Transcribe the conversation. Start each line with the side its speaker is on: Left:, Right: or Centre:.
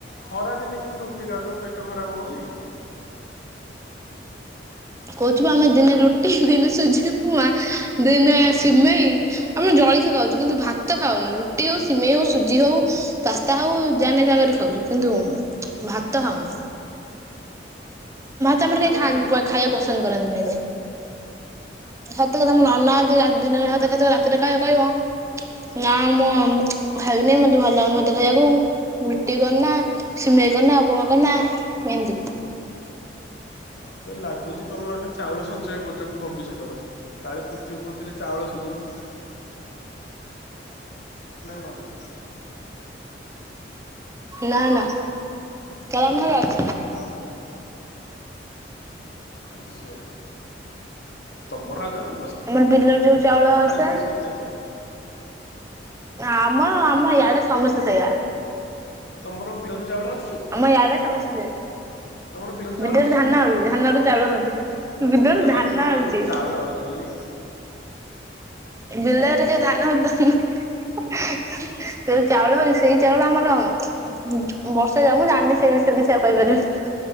Left: ଖରା ଦିନେ କେମିତି ରୁଟି ଖାଉଛ ପେଟ ଖରାପ ହଉନି।
Right: କହୁଛି ପା ଆମେ ଦିନେ ରୁଟି ଦିନେ ସୁଜି ଉପମା ଦିନେ ସିମେଇ। ଆମେ ଜଳଖିଆ ଖାଉଛୁ କିନ୍ତୁ ଭାତ ଖାଉନୁ ରୁଟି ହଉ ସିମେଇ ହଉ ସୁଜି ହଉ। ପାସ୍ତା ହଉ ଯାନାଇ ତା କରି ଖାଉଛିୁ କିନ୍ତୁ ଭାତ ତ ହଁ ଖାଉନୁ ଆମର
Left: ମାନିବାକୁ
Right: କେହି
Left: ପଡିବ
Right: ଖାଆନ୍ତି
Left: ଯେ ତମକୁ।
Right: ଖାଇବାକୁ ପସନ୍ଦ କରନ୍ତି ନାଇ କେବେ? ସତ କଥା ମୋ ନନା ଯଦି ଦିନରେ ଭାତ
Left: କଥା
Right: ଖାଇଥିବ ରାତିରେ ଖାଇବାକୁ କହିବ? ନା ମୁଁ ଖାଇବିନି ମତେ ଭଲ ଲାଗୁନି ମତେ ଖାଇବାକୁ ରୁଟି ବନା। ସିମେଇ କରନା ଉପମା କରନା ଏମିତି
Left: ମତେ ଲାଗୁଛି ତମେମାନେ ଚାଉଳ ସଞ୍ଚୟ କରୁଛ ଭବିଷ୍ୟତ ପାଇଁ? କାଳେ ପୁଥ ପୁଥିବିରେ ଚାଉଳ ସରିଯିବ ନାଁ କଣ?
Right: ନା ନା କାରାମ ହେରା ଅଛି।
Left: ଆଉ ଆଚ୍ଛା। ତମର ଆଉଛ ନା ତମ
Right: ଆମର ବିଲର ଯୋଉ ଚାଉଳ ଆସେ
Left: ସାଇପଡିଶା ବି ଯାଉଛ?
Right: ଆମ ଆମ ୟଆଡେ ସମସ୍ତେ ସେଇଆ।
Left: ତମର ବେରୁ ଚାଉଳ।
Right: ଆମ ଏୟଡେ ସମସ୍ତେ ସେଇଆ।
Left: ତର ଭେରୁ ଚାଉଳ
Right: ବିଲରେ ଧାନ
Left: ନା
Right: ହଉଛି
Left: କଣ?
Right: ଧାନରୁ ଚାଉଳ ହଉଛି।
Left: ଆଉ
Right: ବିଲରେ
Left: ମତେ ତ କହିଲେ
Right: ଧାନ
Left: ବିଲରୁ
Right: ହଉଛି
Left: ଚାଉଳ ଅଉଛି ବୋଲି।
Right: ବିଲରେ ଯୋଉ ଧାନ <unintelligible> ସେଇ ଚାଉଳ ସେଇ ଚାଉଳ ଆମର ବର୍ଷା ଯାଉ ମୁଁ ଜାଣିନି ସେଇ ବିଷୟରେ କିଛି ଆଉ କହିପାରିବି